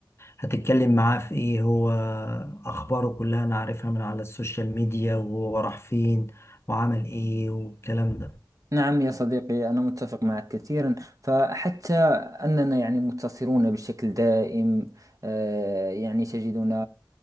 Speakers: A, on the left; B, on the right.
A: هتتكلم معاه في ايه هو اخباره كلها انا عارفها من على السوشيال ميديا وهو راح فين وعمل ايه والكلام ده
B: نعم يا صديقي أنا متفق معك كثيرا فحتى أننا يعني متصلون بشكل دائم آه، يعني تجدنا